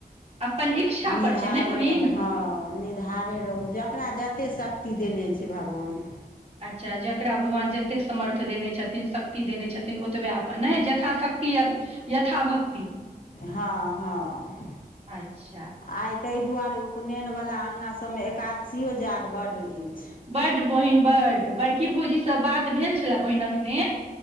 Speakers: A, on the right; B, on the left.
A: अपन इच्छा
B: निधारे
A: पर छै ने बहिन
B: रहू हँ निधारे रहू जकरा जतेक शक्ति ति देने छैय भगवान
A: अच्छा जकरा भगवान जतेक सामर्थ देने छथिन शक्ति देने छथिन ओतबै अपन ने ज तथा शक्ति यथा भक्ति
B: हँ हँ
A: अच्छा
B: आइ तय दुआरे उपनयनवला आगना सब मे एकादशियो जाग बड अइछ
A: बड बहिन बड बड़की भोजीसँ बात भेल छलए बहिन एखने